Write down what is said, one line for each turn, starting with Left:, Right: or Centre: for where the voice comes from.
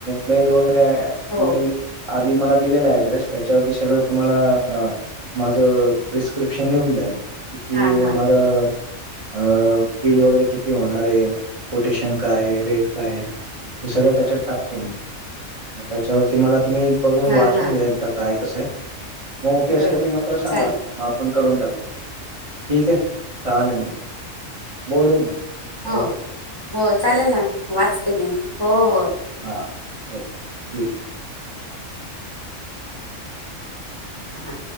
Right: मेल वगैरे
Left: हो
Right: तुम्ही आधी मला दिलेला ऍड्रेस त्याच्यावरती सगळं तुम्हाला माझं प्रिस्क्रिप्शन येऊन जाईल. किती
Left: हा हा
Right: माझ अ बिल वगैरे किती होणार आहे? कोटेशन काय, रेट काय आहे? हे सगळं त्याच्यात टाकतो मी. मग त्याच्यावरती मला तुम्ही बघून
Left: हा
Right: वाचून
Left: हा
Right: घ्या एकदा काय कसं आहे,. मग ओके असले
Left: बरोबर
Right: की मला सांगा
Left: चालेल
Right: मग आ पण करून टाकू, ठीक आहे, चालेल मग बोलू मग ओके.
Left: हो हो चालेल
Right: ओके
Left: ना, वाचते मी हो हो.
Right: हां, ओके, ठीक आहे.
Left: हा